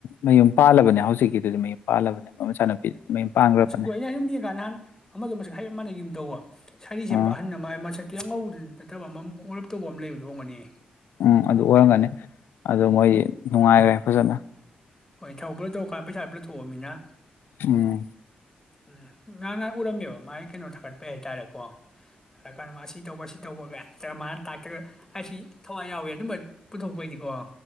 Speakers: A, on the left; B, on the left.
A: ꯃꯌꯨꯝ ꯄꯥꯜꯂꯕꯅꯦ ꯍꯧꯖꯤꯛꯀꯤꯗꯨꯗꯤ ꯃꯌꯨꯝ ꯄꯥꯜꯂꯕꯅꯦ ꯃꯣꯏ ꯃꯆꯥꯅꯨꯄꯤꯗꯨꯗꯤ ꯃꯌꯨꯝ ꯄꯥꯟꯈ꯭ꯔꯕꯅꯦ
B: ꯃꯁꯛꯇꯣ ꯑꯩꯅ ꯁꯨꯝ ꯌꯦꯡꯉ ꯀꯥꯟ ꯅꯍꯥꯟ ꯑꯃꯗꯣ ꯃꯁꯛ ꯍꯥꯏꯔꯞ ꯃꯥꯟꯅꯒꯤꯒꯨꯝ ꯇꯧꯕ ꯁꯥꯔꯤ ꯁꯦꯠꯄꯥ
A: ꯎꯝ
B: ꯑꯍꯟ ꯑꯃ ꯃꯁꯛꯇꯤ ꯌꯥꯝ ꯉꯧꯕꯗꯤ ꯅꯠꯇꯕ ꯑꯃ ꯃꯨꯔꯞꯇꯧꯕ ꯑꯃ ꯂꯩꯕꯗꯨꯣ ꯑꯣꯏꯒꯅꯤ
A: ꯎꯝ ꯑꯗꯨ ꯑꯣꯏꯔꯝꯒꯅꯤ ꯑꯗꯣ ꯃꯣꯏꯗꯤ ꯅꯨꯡꯉꯥꯏꯈ꯭ꯔꯦ ꯐꯖꯅ
B: ꯍꯣꯏ ꯊꯕꯛ ꯄꯨꯂꯞ ꯇꯧꯔꯀꯥꯟꯗ ꯄꯩꯁꯥ ꯄꯨꯂꯞ ꯊꯣꯛꯑꯃꯤꯅ
A: ꯎꯝ
B: ꯎꯝ ꯉꯔꯥꯡ ꯉꯍꯥꯟ ꯎꯔꯝꯃꯦꯕ ꯃꯥꯒꯤ ꯀꯩꯅꯣ ꯊꯥꯒꯠꯄꯩ ꯍꯥꯏꯇꯥꯔꯦꯀꯣ ꯊꯥꯒꯠꯀꯥꯟꯗ ꯃꯥꯅ ꯁꯤ ꯇꯧꯕ ꯁꯤ ꯇꯧꯕꯒ ꯅꯠꯇꯒ ꯃꯥꯅ ꯇꯥꯛꯇꯒ ꯍꯥꯏꯁꯤ ꯊꯋꯥꯏ ꯌꯥꯎꯏꯦ ꯑꯗꯨꯝꯕ ꯄꯨꯊꯣꯛꯄꯩꯗꯤꯀꯣ